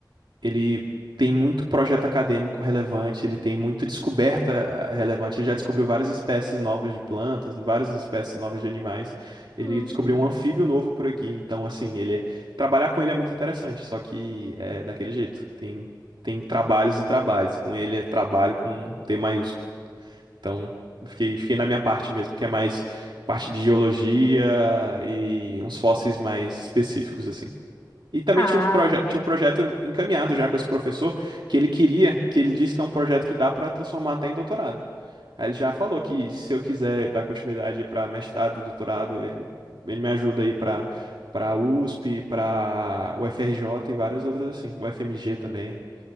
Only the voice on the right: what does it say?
ele tem muito projeto acadêmico relevante, ele tem muita descoberta eh, relevante. Ele já descobriu várias espécies novas de plantas, várias espécies novas de animais. Ele
descobriu um anfíbio novo por aqui. Então, assim, ele é- trabalhar com ele é muito interessante, só que é daquele jeito. Tem tem trabalhos e trabalhos. Com ele é trabalho com T maiúsculo. Então, eu fiquei fiquei na minha parte mesmo, que é mais parte de geologia e uns fósseis mais específicos assim. E também
tinha um, proje
tinha um projeto encaminhado já com esse professor, que ele queria, que ele disse que é um projeto que dá para transformar até em doutorado. Aí ele já falou que se eu quiser dar continuidade para mestrado, doutorado, ele, ele me ajuda aí para para USP, para UFRJ e várias outras assim, UFMG também,